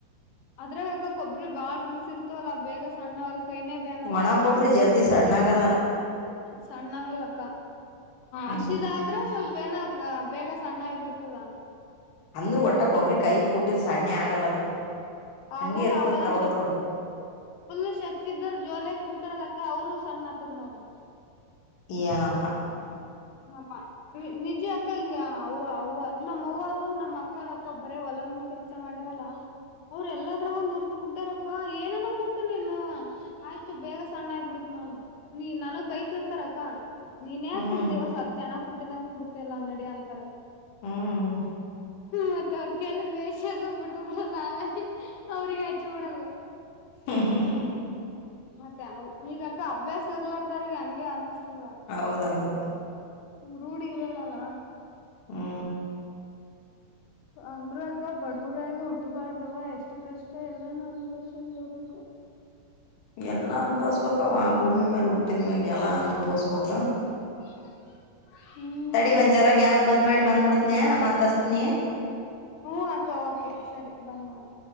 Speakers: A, on the left; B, on the left.
A: ಅದ್ರಾಗಕ್ಕ ಕೊಬ್ಬ್ರಿ ಬಾಳ್ ಬಿದುರ್ಸಿರ್ತವ ಅಲ್ಲ ಬೇಗ ಸಣ್ಣ ಅಲ್ ಕೈನೇ ಬ್ಯಾನ್
B: ಒಣಕ್ಕೊಬ್ರಿ ಜಲ್ದಿ ಸಣ್ಣ ಆಗಲ್ಲ
A: ಸಣ್ಣ ಆಗಲಕ್ಕ
B: ಹ್ಮ್
A: ಹಸಿದ ಆದ್ರೆ ಸ್ವಲ್ಪ ಏನಾಗ ಲ್ಲ ಬೇಗ ಸಣ್ಣ ಆಗಬಿಡ್ತದಾ
B: ಅಂದ್ರೂ ಒಟ್ಟ ಕೊಬ್ಬರಿ ಕೈಲಿ ಕೊಟ್ಟಿದ್ರ ಸಣ್ಣ ಆಗಲ್ಲದು ಹಂಗೆ
A: ಆಗಲ್ಲ
B: ಇರ್ತದ
A: ಆಗಲ್ಲ
B: ತೌಡ್
A: ಶಕ್
B: ತೌಡ್
A: ಫುಲ್ ಶಕ್ತಿ ಇದ್ರ ಜೋಲ ಕುಡ್ತಾರಲ್ಲಕ್ಕ ಅವರು ಸಣ್ಣ ಆತದ್ ನೋಡು
B: ಏನಪ್ಪಾ
A: ಹ ನಿಜ ಅಕ್ಕ ಹಿಂಗ ಹ ಹವ ನಮ್ಮ್ವರು ನಮ್ಮ ಅಕ್ಕರ ಅಕ್ಕ ಒಬ್ಬರೇ ಹೊಲ ಮನೆ ಕೆಲಸ ಮಾಡ್ಯರಲ್ಲ ಅವ್ರ ಎಲ್ಲದರ ನುರ್ತ ಬಿಟ್ಟಾರಕ್ಕ ಏನೇನೋ ಕೂಟು ನಿನ್ ಆಯ್ತು ಬೇಗ ಸಣ್ಣ ಆಗಬಿಡತ್ ನೋಡು ನೀ ನನಗ್ ಬೈತಿರ್ತಾರಕ್ಕ ನೀನಏನ್
B: ಹ್ಮ್
A: ಕುಡ್ತೀವ ಸತ್ ಎಣ ಕುಟ್ಟಿದಂಗ ಕುಡ್ತಲ್ಲಾ ನಡಿ ಅಂತಾರ
B: ಹ್ಮ್
A: ಹಾತ್ತ ಅವ ಅಲ್ಲಿ ಬೇಷದು ಬಿಟ್ಟು ಬಿಡದು ಆಮೇ ಅವ್ರಿಗೆ ಹಚ್ಚಿ ಬಿಡದು
B: ಹಾ ಹ ಹ
A: ಮತ್ತೆ ಈಗಕ್ಕ ಅಭ್ಯಾಸ ಇರ್ಲಾರ್ದ್ರಿಗೆ ಹಂಗೆ ಅನಸ್ತದ
B: ಹೌದೌದು
A: ರೂಢಿ ಇರಲ್ಲಲ್ಲಾ
B: ಹ್ಮ
A: ಅಂದ್ರ ಅಕ್ಕ ಬಡವರಾಗ ಹುಟ್ಟಬಾರ್ದವ ಎಷ್ಟು ಕಷ್ಟ ಎಲ್ಲಾನೂ ಅನುಭವಿಸಿಕೊಂಡು ಹೋಗ್ಬೇಕು
B: ಎಲ್ಲಾ ಅನುಭವಿಸಬೇಕು ಆ ಭೂಮಿ ಮೇಲೆ ಹುಟ್ಟಿದ್ಮ್ಯಾಗ ಎಲ್ಲಾ ಅನ್ಭವಸ್ಬೇಕ
A: <inaudible> ಹ್ಮ್
B: ತಡಿ ಒಂದ ಜರ ಗ್ಯಾಸ್ ಬಂದ್ ಮಾಡಿ ಬಂದ್ಬಿಡ್ತ್ನ ಮತ್ಸ್ತನಿ.
A: ಹ್ಮ್ ಅಕ್ಕ ಓಕೆ ಸರಿ ಬಂದ್ ಮಾಡಿ